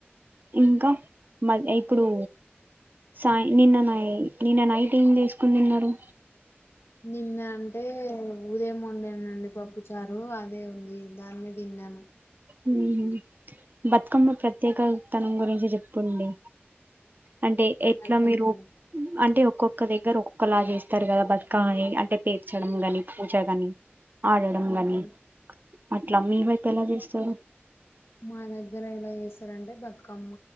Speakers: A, on the right; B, on the left.
A: ఇంకా మ ఇప్పుడు సాయ్ నిన్న నై నిన్న నైట్ ఏం చేస్కొని తిన్నారు
B: నిన్న అంటే ఉదయం వండేనండి పప్పు చారు అదే ఉంది దాన్ని తిన్నాను
A: హ్మ్మ్ బతుకమ్మ ప్ర త్యేకతనం గురించి చెప్పండి అంటే ఎట్లా
B: అర్థం
A: మీరు
B: కాలే
A: అంటే ఒక్కొక్క దగ్గర ఒక్కొక్కలా చేస్తారు కదా బతుకమ్మని అంటే పేర్చడం గాని పూజ గాని ఆడడం
B: ఉమ్.
A: గాని అట్లా మీ వైపెలా చేస్ తరు
B: మా దగ్గర ఎలా చేస్తారంటే బతుకమ్మ